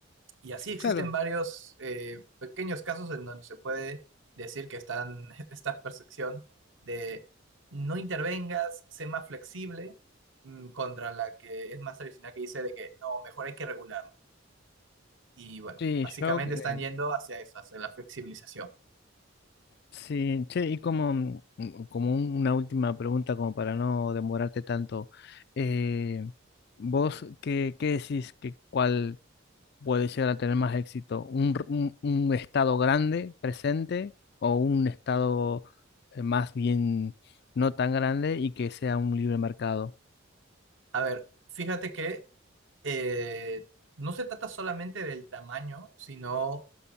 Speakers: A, on the right; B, on the left.
A: Y así existen
B: Claro,
A: varios eh, pequeños casos en donde se puede decir que están <laughs> esta percepción de no intervengas, sé más flexible, mm, contra la que es más tradicional que dice de que no, mejor hay que regularlo. Y bueno,
B: sí,
A: básicamente
B: yo eh,
A: están yendo hacia eso, hacia la flexibilización.
B: sí, che, y como, mm, mm, como un- una última pregunta, como para no demorarte tanto, eh, ¿vos qué, qué decís que cuál? puede llegar a tener más éxito. Un, r- un- un estado grande, presente, o un estado eh, más bien no tan grande y que sea un libre mercado.
A: A ver, fíjate que eh, no se trata solamente del tamaño, sino